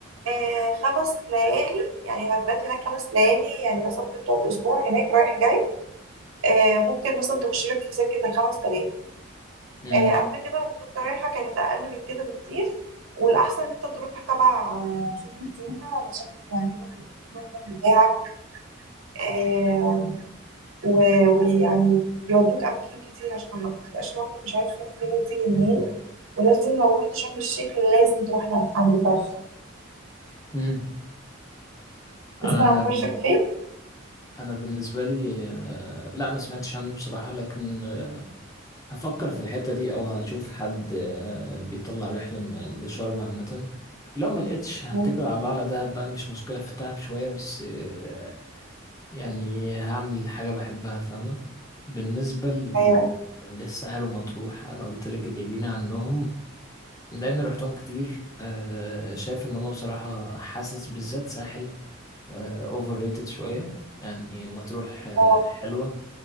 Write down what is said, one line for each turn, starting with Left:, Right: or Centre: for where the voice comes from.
Right: آه، خمس ليالي يعني هتبات هناك خمس ليالي يعني مثلا ممكن تقعد اسبوع هناك رايح جاي آه، ممكن مثلا تخش لك في سكه الخمس تلاف
Left: امم
Right: آه، قبل كده لما كنت رايحه كانت اقل من كده بكتير والاحسن ان انت تروح تبع آه، شركه سياحه علشان يعملوا لك البروجرام بتاعك آه، و- ويعني يودوك أماكن كتير عشان ما تبقاش لوحدك مش عارف تروح فين وتيجي منين ولازم لو رحت شرم الشيخ لازم تروح لع- عند فرشة
Left: أمم.
Right: تسمع
Left: انا انا
Right: عن فرشة كافيه؟
Left: انا بالنسبه لي آه، لا ما سمعتش عنه بصراحه لكن آه، هفكر في الحته دي او هشوف حد آه، بيطلع رحله من- لشرم عامه لو ما لقيتش هتكل
Right: مم.
Left: على الله على دهب بقى مش مشكله في التعب شويه بس آه، يعني هعمل حاجه بحبها فاهمه بالنسبه ل-
Right: أيوه
Left: للساحل ومطروح انا قلت لك ابعدينا عنهم لان رحتهم كتير آه، شايف ان هم بصراحه حاسس بالذات ساحل اوفر ريتد شويه يعني مطروح آه،
Right: آه،
Left: حلوة